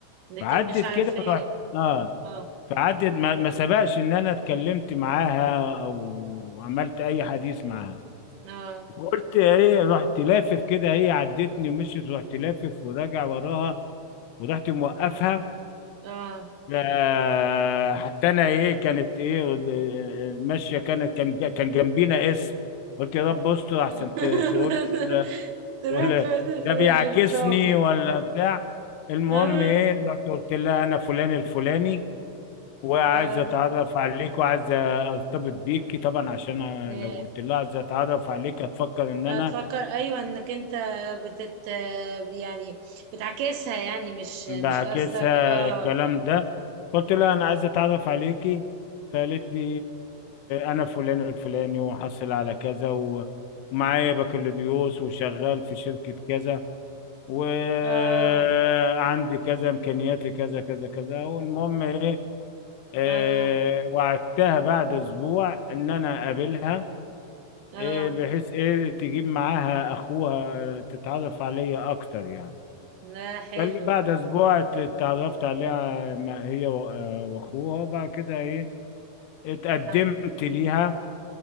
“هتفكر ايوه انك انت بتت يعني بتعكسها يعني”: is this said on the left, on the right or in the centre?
Right